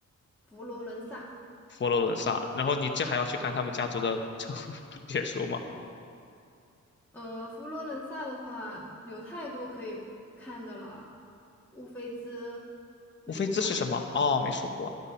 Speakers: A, in the centre; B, on the left (about 40°).
A: 佛罗伦萨。
B: 佛罗伦萨，然后你这还要去看他们家族的 <laughs> 别墅吗？
A: 呃，佛罗伦萨的话有太多可以看的了，乌菲兹美术馆，
B: 乌菲兹是什么？哦，美术馆。